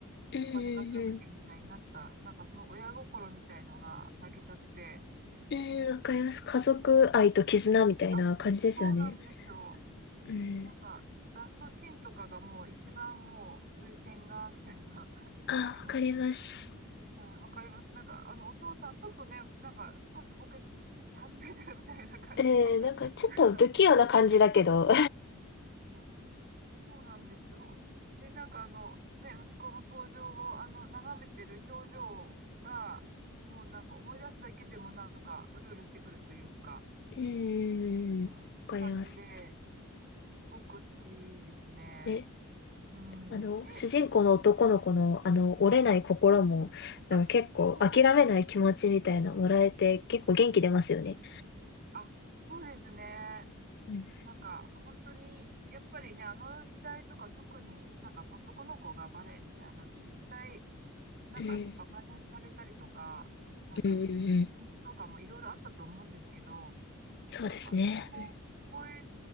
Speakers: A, on the left (about 50°); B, on the right (about 45°).
A: うん
B: お金稼がなきゃみたいになった、
A: うん。
B: なんかその親心みたいのが泣けちゃって、
A: うん、わかります。家族愛と絆みたいな感じですよね。
B: あ、そうなんですよ。
A: うん。
B: なんか、ラストシーンとかがもう一番もう、涙腺が、みたいな、<laughs>
A: あ、
B: あの、
A: わかります。
B: はい、わかります。なんか、あの、お父さん、ちょっとね、なんか、少しボケ始めてるみたいな感じの、
A: えー、なんかちょっと不器用な感じだけど。
B: <laughs> なんか、そうそうなんですよ。で、なんか、あの、ね、息子の登場を、あの、眺めてる表情が、もうなんか、思い出すだけでも、なんか、うるうるしてくるというか、
A: うん。
B: うん、
A: わかります。
B: 感じで、すごく好きですね。
A: で、
B: うん、
A: あの、
B: え、
A: 主人公の男の子の、
B: う
A: あの、折れない心も、
B: んあ、
A: なんか結構諦めない気持ちみたいなもらえて、
B: そう、うん、
A: 結構元気出ますよね。
B: あ、そうですね。
A: うん。
B: なんか、本当に、やっぱりね、あの時代とか特になんか男の子がバレエみたいなのって絶対、なんかやっぱバカにされたりとか、
A: うん。
B: なんか、
A: うんうんうん。
B: うとかもいろいろあったと思うんですけど、
A: そうですね。
B: なんか、そこを超え
A: う